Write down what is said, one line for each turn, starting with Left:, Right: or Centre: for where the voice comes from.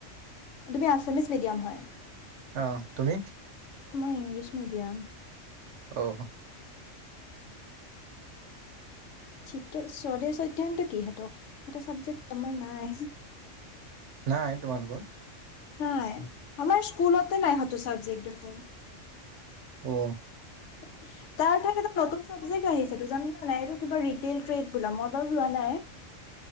Left: তুমি আছামিছ মিডিয়াম হয়
Right: অ, তুমি
Left: মই ইংলিছ মিডিয়াম
Right: অ
Left: ঠিকে স্বদেশ অধ্যয়নতো কি সেটো, সেটো চাবজেক্ট আমাৰ নাই
Right: নাই তোমালোকৰ
Left: নাই আমাৰ স্কুলতে নাই সেটো চাবজেক্ট দেখোন
Right: অ
Left: <unintelligible> তাৰ ঠাইত এটা নতুন চাবজেক্ট আহিছেতো জানিলা নাই, এইটো কিবা ৰিটেইল ট্ৰেড বোলে মই বাৰু লোৱা নাই